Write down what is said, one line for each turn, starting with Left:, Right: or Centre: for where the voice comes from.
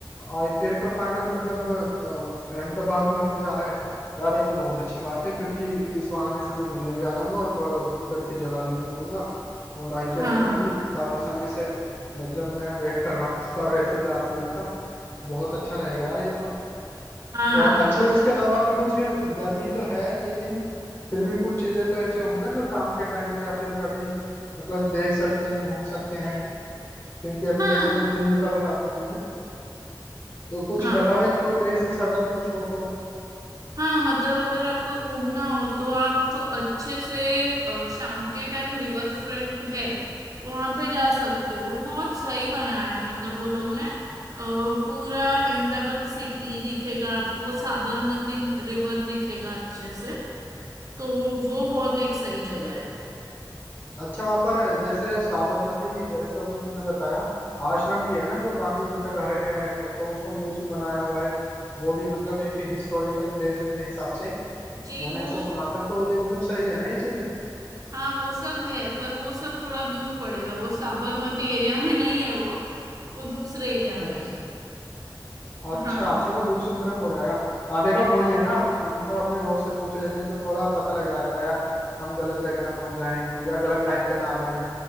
Left: आईपीएल का फाइनल मतलब अ, अहमदाबाद में होने जा रहा है यार ये तो बहुत अच्छी बात है क्योंकि इस बहाने से मैं मिलने भी आ जाऊंगा और थोड़ा उस, उधर की जगह भी घूम लूंगा और आईपीएल
Right: हाँ
Left: तो भाई काफी समय से मतलब मैं वेट कर रहा हूँ इस बार वैसे भी आरसीबी का बहुत अच्छा रहेगा यार ये तो
Right: हाँ
Left: और अच्छा
Right: अभी
Left: उसके अलावा भी कुछ गर्मी तो है लेकिन फिर भी कुछ चीजें तो ऐसी होंगी ना जो शाम के टाइम या फिर कभी मतलब देख सकते हैं घूम सकते हैं क्योंकि अभी
Right: हाँ
Left: जैसे मैं दिल्ली का बताऊंगा तुम्हें तो कुछ
Right: हाँ
Left: बताओ एक दो प्लेसेस अगर कुछ हो तो
Right: हाँ मतलब अगर आपको घूमना हो तो आप अच्छे से अ, शाम के टाइम रिवर फ्रंट है वहां पे जा सकते हो बहुत सही बनाया है मतलब वो लोग ने अ, पूरा अहमदाबाद सिटी दिखेगा आपको वो साबरमती रिवर दिखेगा अच्छे से तो वो बहुत एक सही जगह है
Left: अच्छा वहां पर जैसे साबरमती जैसे अभी तुमने बताया आश्रम भी है ना जो गांधी जी का घर है तो उसको म्यूजियम बनाया हुआ है वो भी मतलब एक हिस्टोरिकल प्लेस है मेरे हिसाब से
Right: जी
Left: मैंने
Right: वो
Left: ऐसे सुना था तो ये मतलब सही है ना ये चीज
Right: हाँ वो सब है पर वो सब थोड़ा दूर पड़ेगा वो साबरमती एरिया में नहीं है वो वो दूसरे एरिया
Left: अच्छा
Right: में है
Left: अच्छा
Right: हाँ
Left: अच्छा वो दूसरी तरफ हो जाएगा हाँ देखो वही है ना अब हम मतलब अपने दोस्त से पूछ लेते हैं तो थोड़ा पता लग जाता है यार हम गलत जगह ना पहुंच जाएं या गलत टाइम पे ना आ जाएं